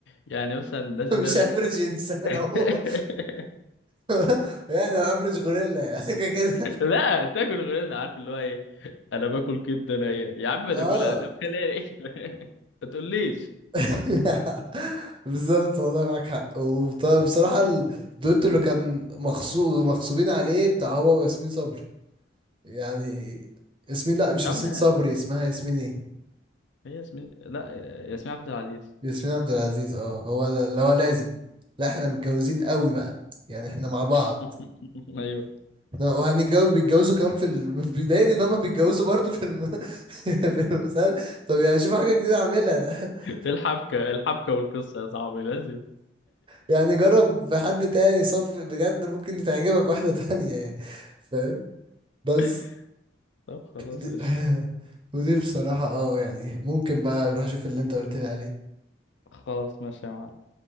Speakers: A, on the left; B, on the right.
A: يعني مثلا
B: <laughs>
A: لازم
B: مش
A: يقول
B: افرج
A: لك
B: انسان
A: <laughs>
B: هو <laughs> يعني افرج غوريلا يعني <laughs> كده
A: لا تاكل غوريلا عارف اللي هو ايه انا باكل كبده نيه يا عم ما
B: اه
A: تاكلها ده بلاقي <laughs> ما تقوليش
B: <laughs> بالظبط والله معاك حق وبصراحة الدويتو اللي كان مغصوب مغصوبين عليه بتاع هو وياسمين صبري يعني ياسمين لا مش
A: يا
B: ياسمين
A: عم
B: صبري اسمها ياسمين ايه
A: هي ياسمين لا ياسمين عبد العزيز
B: ياسمين عبد العزيز اه هو ده اللي هو لازم لا احنا متجوزين قوي بقى يعني احنا مع
A: <laughs>
B: بعض <laughs>
A: ايوه
B: إحنا- وهنتجوز بيتجوزوا كمان في ال... <laughs> بيضايقني ان هم بيتجوزوا برضه في الم... <laughs> في المسلسل طب يعني شوف حاجة جديدة اعملها <laughs>
A: <laughs> الحبكه الحبكه والقصه يا صاحبي لازم
B: يعني جرب حد تاني صف بجد ممكن تعجبك واحدة تانية يعني فاهم بس
A: <laughs> طب خلاص
B: دي
A: قشطة
B: <laughs> ودي بصراحة اه يعني ممكن بقى روح شوف اللي انت قلت لي عليه
A: خلاص ماشي يا